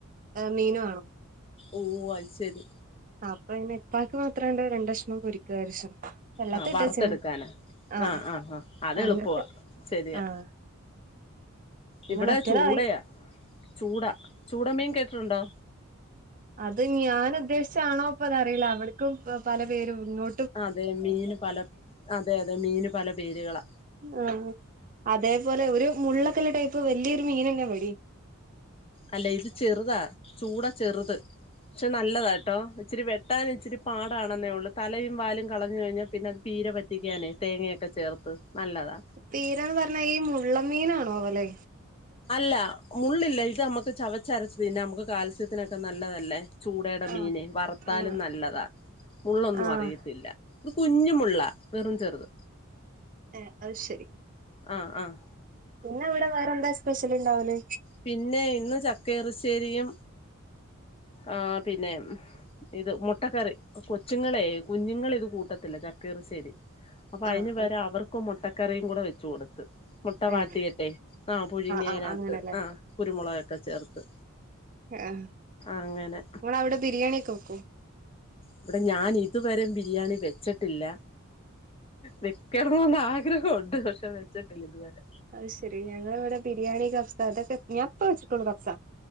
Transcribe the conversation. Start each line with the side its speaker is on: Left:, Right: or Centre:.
Right: മീന് വാണം
Left: ഓ അത് ശെരി
Right: അപ്പൊ അയിന് ഇപ്പാക്ക് മാത്രണ്ട് രണ്ടഷ്ണം പൊരിക്കാരിച്ച് വള്ളത്തില്
Left: ആ വറുത്തെടുക്കാനാ
Right: ഇട്ടച്ച്ണ് ആഹ് അഹ്
Left: ആഹ് അത്
Right: അങ്ങക്ക്
Left: എളുപ്പവാ ശരിയാ
Right: ആഹ് പിന്നെ
Left: ഇവിടെ
Right: മറ്റേതായി
Left: ചൂടയാ ചൂടാ ചൂട മീൻ കേട്ടിട്ടുണ്ടോ?
Right: അത് ഞാൻ ഉദ്ദേശിച്ചാണോ ഇപ്പൊ ഇതറിയില്ല അവർക്കും പല പേരും ഇങ്ങോ
Left: അതെ മീന് പല അതെ അതെ മീന് പല പേര്കളാ
Right: ആഹ് അഹ് അതേപോലെ ഒരു മുള്ളക്കല്ല ടൈപ്പ് വലിയൊരു മീനന്നെ ഇവടീം
Left: അല്ല ഇത് ചെറുതാ ചൂടാ ചെറുത് പക്ഷെ നല്ലതാട്ടോ ഇച്ചിരി വെ ട്ടാന് ഇച്ചിട്ട് പാടാണെന്നേ ഉള്ളൂ തലയും വാലും കളഞ്ഞു കഴിഞ്ഞാൽ പിന്നെ അത് പീര വറ്റിക്കാനേ തേങ്ങയൊക്കെ ചേർത്ത് നല്ലതാ
Right: തീരന്ന് പറഞ്ഞാ ഈ മുള്ള മീനാണോ വൊല്ലേ
Left: അല്ല മുള്ളില്ല ഇത് നമ്മക്ക് ചവച്ചരച്ച്തിന്നാ നമുക്ക് കാൽസ്യത്തിനൊക്കെ നല്ലതല്ലേ ചൂടെടെ
Right: ആഹ്
Left: മീന് വറുത്താലും
Right: ആഹ്
Left: നല്ലതാ മുള്ളൊന്നും
Right: ആഹ്
Left: അറിയത്തില്ല ഇത് കുഞ്ഞുമുള്ള വെറും ചെറുത്
Right: ഏഹ് അത് ശരി
Left: ആഹ് ആഹ്
Right: പിന്നെ അവിടെ വേറെ എന്താ സ്പെഷ്യല് ഇണ്ടാവല്?
Left: പിന്നെ ഇന്ന് ചക്കേറശ്ശേരിയും ആഹ് പിന്നെ ഇത് മുട്ടക്കറി കൊച്ചുങ്ങളെ കുഞ്ഞുങ്ങളിത് കൂട്ടത്തില്ല ചക്കറശ്ശേരി അപ്പൊ അയിന്
Right: ആഹ്
Left: വെരെ
Right: അത്
Left: അവർക്കും മുട്ടക്കറിയും കൂടെ വെച്ചു കൊടുത്ത് മുട്ട വാടിയിട്ടെ
Right: ഏഹ്
Left: ആഹ് പുഴുങ്ങി അയിനകത്ത്
Right: ആഹ് അങ്ങനെല്ലേ
Left: ആഹ് കുരുമൊളകൊക്കെ ചേർത്ത്
Right: ആ
Left: അങ്ങനെ
Right: ഓള അവടെ ബിരിയാണിക്കെ വോക്കോ?
Left: ഇവിടെ ഞാൻ ഇതുവരെ ബിരിയാണി വെച്ചിട്ടില്ല വെ ക്കണോന് ആഗ്രഹോണ്ട് പക്ഷെ വെച്ചട്ടില്ല ഇത് വെരെ
Right: അത് ശെരി ഞങ്ങളെ ഇവിടെ ബിരിയാണി കഫ്സ അതൊക്കെ ഞാൻ ഇപ്പൊ വെച്ചിട്ടൊള്ളൂ കഫ്സ